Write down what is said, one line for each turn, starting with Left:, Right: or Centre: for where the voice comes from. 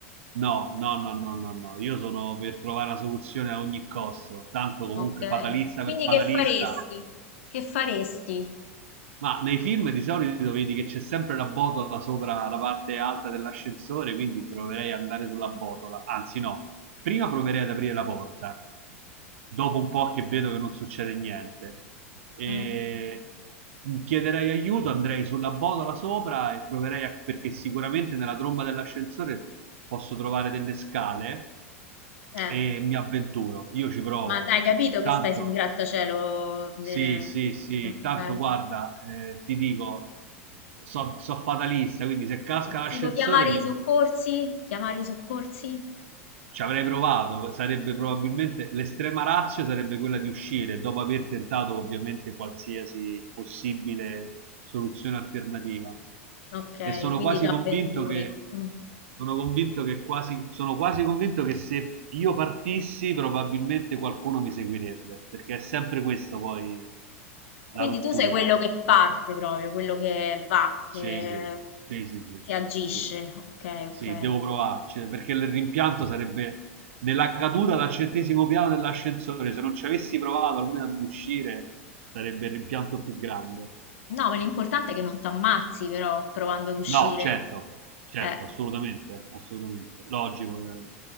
Right: no, no, no, no, no, no. Io sono per trovare una soluzione a ogni costo. Tanto comunque
Left: Ok.
Right: fatalista
Left: Quindi
Right: per fatalista.
Left: che faresti? Che faresti?
Right: Ma nei film di solito vedi che c'è sempre la botola sopra la parte alta dell'ascensore, quindi proverei ad andare sulla botola. Anzi, no, prima proverei ad aprire la porta dopo un po' che vedo che non succede niente. E
Left: Mm.
Right: chiederei aiuto, andrei sulla botola sopra e proverei a, perché sicuramente nella tromba dell'ascensore posso trovare delle scale
Left: Eh,
Right: e mi avventuro. Io ci provo.
Left: ma hai capito che
Right: Tanto,
Left: stai su un grattacielo? del-
Right: sì, sì, sì,
Left: Ok.
Right: tanto guarda, eh, ti dico, so, so fatalista, quindi se casca l'ascensore
Left: Tipo chiamare
Right: mi...
Left: i soccorsi? Chiamare i soccorsi?
Right: Ci avrei provato, sarebbe probabilmente l'estrema ratio sarebbe quella di uscire dopo aver tentato ovviamente qualsiasi possibile soluzione alternativa.
Left: Ok,
Right: E sono
Left: quindi
Right: quasi
Left: ti avventuri.
Right: convinto che
Left: Mm.
Right: sono convinto che quasi sono quasi convinto che se io partissi probabilmente qualcuno mi seguirebbe, perché è sempre questa poi
Left: Quindi
Right: la rottura.
Left: tu sei quello che parte proprio, quello che va, che...
Right: Sì, sì, sì, sì, sì,
Left: che agisce.
Right: sì,
Left: Ok,
Right: Sì,
Left: ok.
Right: devo provarci, perché il rimpianto sarebbe della caduta dal centesimo piano dell'ascensore, se non ci avessi provato almeno ad uscire, sarebbe il rimpianto più grande.
Left: No, ma l'importante è che non ti ammazzi, però, provando ad uscire.
Right: No, certo, certo,
Left: Eh,
Right: assolutamente, assolutamente, logico. eh.